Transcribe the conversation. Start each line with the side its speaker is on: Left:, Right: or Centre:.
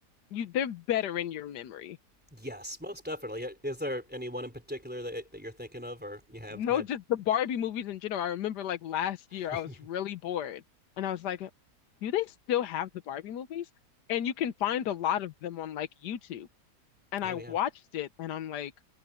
Left: You they're better in your memory.
Centre: Yes, most definitely. Yeah, Is there anyone in particular that that you're thinking of, or you have
Left: No,
Centre: had?
Left: just the Barbie movies in general. I remember like last year
Centre: <laughs>
Left: I was really bored and I was like, do they still have the Barbie movies? And you can find a lot of them on like YouTube. And
Centre: oh
Left: I
Centre: yeah,
Left: watched it and I'm like,